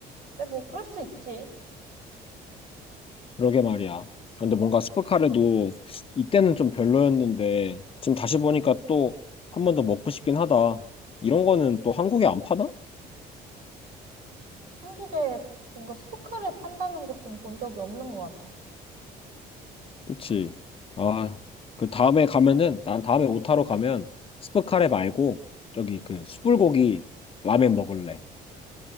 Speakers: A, on the right; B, on the left.
A: 근데 뭐 그럴 수 있지.
B: 그러게 말이야. 아, 근데 뭔가 스프카레도 이때는 좀 별로였는데 지금 다시 보니까 또 한 번 더 먹고 싶긴 하다. 이런 거는 또 한국에 안 파나?
A: 한국에 뭔가 스포카를 판다는 곳은 본 적이 없는 것 같아.
B: 그치. 아, 그 다음에 가면은 난 다음에 오타로 가면 스프카레 말고 저기 그 숯불고기 라멘 먹을래.